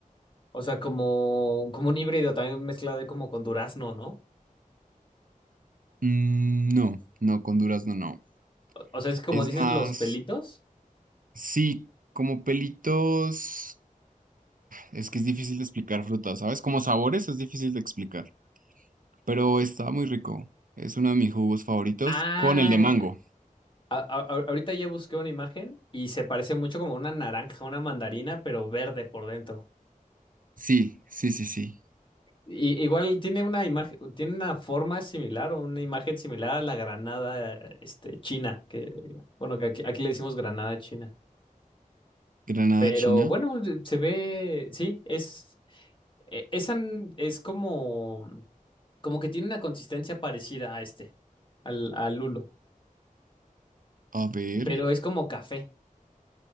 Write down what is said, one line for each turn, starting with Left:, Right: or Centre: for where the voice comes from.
Left: O sea, como, como un híbrido también mezclado ahí como con durazno, ¿no?
Right: Mm, no, no, con durazno no.
Left: O o sea, es como
Right: Es
Left: dices
Right: más,
Left: los pelitos.
Right: sí, como pelitos. Es que es difícil de explicar frutas, ¿sabes? Como sabores es difícil de explicar. pero está muy rico. Es uno de mis jugos favoritos
Left: Ah,
Right: con el de mango.
Left: a- a- a- ahorita ya busqué una imagen y se parece mucho como una naranja, una mandarina, pero verde por dentro.
Right: Sí, sí, sí, sí.
Left: Y- igual tiene una imagen, tiene una forma similar o una imagen similar a la granada, este, china, que, bueno, que aquí, aquí le decimos granada china.
Right: Granada
Left: Pero
Right: china.
Left: bueno, se ve, sí, es, e- esa n- es como, como que tiene una consistencia parecida a este, al, al lulo,
Right: A ver.
Left: pero es como café.